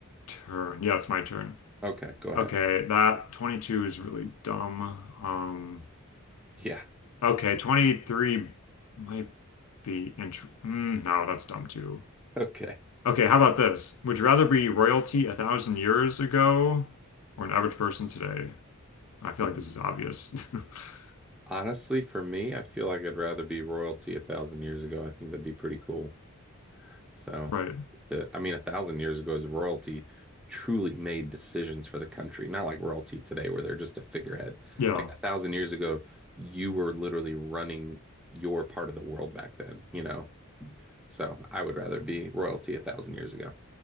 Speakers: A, on the left (about 85°); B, in the centre.
A: turn. Yeah, it's my turn.
B: Okay, go ahead.
A: Okay, that 22 is really dumb. Um
B: Yeah,
A: Okay, 23 might be int mm, no, that's dumb too.
B: <laughs> okay.
A: Okay, how about this? Would you rather be royalty a thousand years ago or an average person today? I feel
B: Mhm.
A: like this is obvious. <laughs>
B: Honestly, for me, I feel like I'd rather be royalty a thousand years ago. I think that'd be pretty cool. So,
A: Right.
B: to- I mean, a thousand years ago is royalty truly made decisions for the country, not like royalty today where they're just a figurehead.
A: Yeah.
B: Like a thousand years ago, you were literally running your part of the world back then, you know? So I would rather be royalty a thousand years ago.